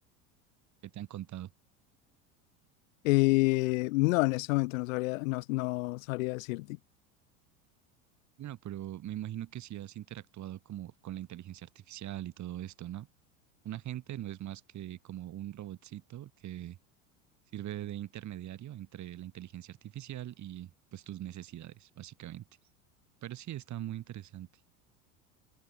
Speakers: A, on the right (about 45°); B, on the left (about 70°).
A: qué te han contado?
B: Eh, no, en este momento no sabría, no, no sabría decirte.
A: Bueno, pero me imagino que si has interactuado como con la inteligencia artificial y todo esto, ¿no? Un agente no es más que como un robotcito que sirve de intermediario entre la inteligencia artificial y pues tus necesidades, básicamente. Pero sí, está muy interesante.